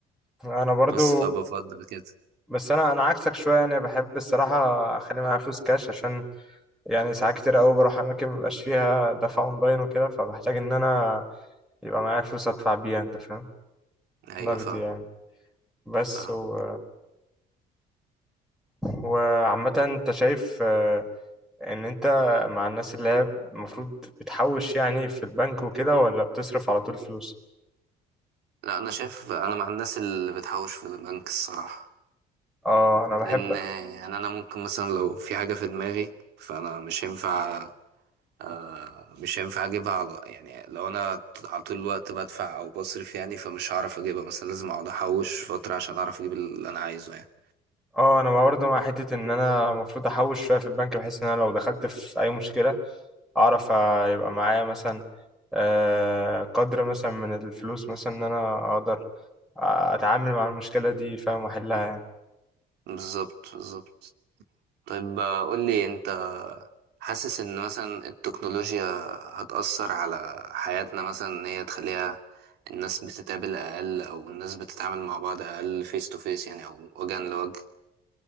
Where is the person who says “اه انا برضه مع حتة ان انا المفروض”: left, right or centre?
Centre